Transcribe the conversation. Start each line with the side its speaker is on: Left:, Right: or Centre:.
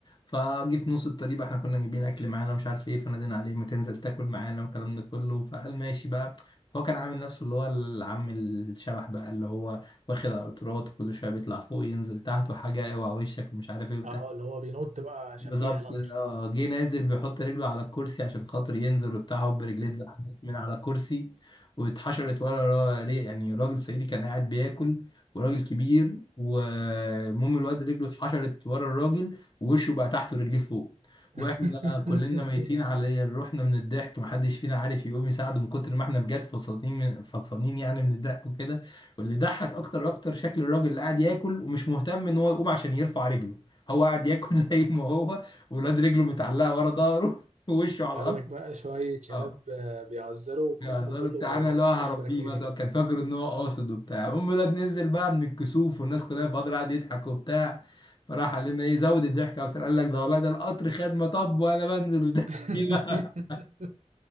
Left: فجه في نص الطريق بقى إحنا كنا جايبين أكل معانا مش عارف إيه فنادينا عليه ما تنزل تاكل معانا والكلام ده كله فقال ماشي بقى فهو كان عامل نفسه اللي هو العم الشبح بقى اللي هو واخد على القطارات كل شوية بيطلع فوق ينزل تحت وحاجة اوعى وشك ومش عارف إيه وبتاع
Right: اه اللي هو بينط بقى
Left: بالظبط
Right: شبيح القطر
Left: اه جه نازل بيحط رجله على الكرسي عشان خاطر ينزل وبتاع هوب رجليه اتزحلقت من على الكرسي واتحشرت ورا را- ليه- يعني راجل صعيدي كان قاعد بياكل وراجل كبير والمهم الواد رجله اتحشرت ورا الراجل ووشه بقى تحت ورجليه فوق
Right: <laughs>
Left: واحنا كلنا ميتين على روحنا من الضحك محدش فينا عارف يقوم يساعده من كتر ما احنا بجد فصلتين فصلانين يعني من الضحك وكده واللي ضحك اكتر اكتر شكل الراجل اللي قاعد ياكل ومش مهتم ان هو يقوم عشان يرفع رجله هو قاعد ياكل <laughs> زي ما هو ولاد رجله متعلقه ورا ظهره <laughs> ووشه على
Right: قال
Left: الارض
Right: لك بقى شوية شباب
Left: اه
Right: آه، بيهزروا والكلام
Left: يا
Right: ده
Left: زار
Right: كله
Left: بتاعنا اللي هو هربيه
Right: مش مركزين
Left: مثلا كان فاكر ان هو قاصد وبتاع المهم الواد نزل بقى من الكسوف والناس كلها فاضل قاعد يضحك وبتاع فراح قال لنا ايه زود الضحك اكتر قال لك ده والله ده القطر خدمه طب وانا بنزل وده
Right: <laughs>
Left: <laughs>